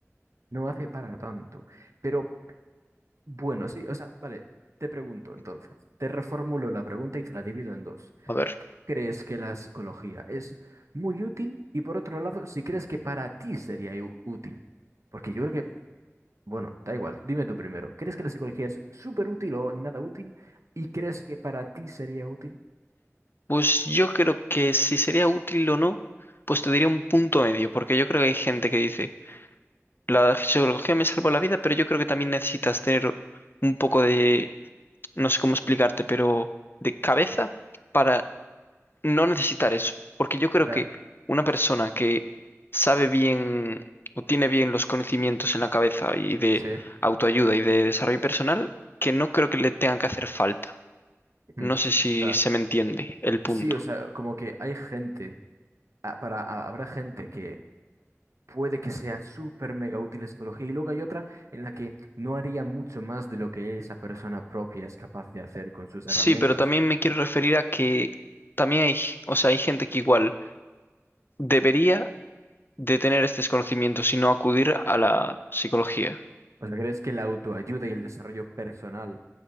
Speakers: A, on the right; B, on the left.
A: No hace para tanto. Pero bueno, sí, o sea, vale, te pregunto entonces, te reformulo la pregunta y te la divido en dos.
B: A ver,
A: ¿Crees que la psicología es muy útil? Y por otro lado, si crees que para ti sería ú- útil, porque yo creo que Bueno, da igual, dime tú primero. ¿Crees que la psicología es súper útil o nada útil? ¿Y crees que para ti sería útil?
B: pues yo creo que si sería útil o no, pues te diría un punto medio, porque yo creo que hay gente que dice... La geología me salvó la vida, pero yo creo que también necesitas tener un poco de, no sé cómo explicarte, pero de cabeza para no necesitar eso. Porque yo creo
A: O sea,
B: que una persona que sabe bien o tiene bien los conocimientos en la cabeza y de
A: sí.
B: autoayuda y de desarrollo personal, que no creo que le tengan que hacer falta.
A: mm.
B: No
A: O
B: sé si
A: sea,
B: se me entiende el punto.
A: sí, o sea, como que hay gente, ah, para, ah, habrá gente que puede que sea súper mega útil la psicología y luego hay otra en la que no haría mucho más de lo que esa persona propia es capaz de hacer con sus
B: Sí,
A: herramientas
B: pero también me quiero referir a que también hay, o sea, hay gente que igual debería de tener estos conocimientos y no acudir a la psicología.
A: O sea, ¿crees que la autoayuda y el desarrollo personal,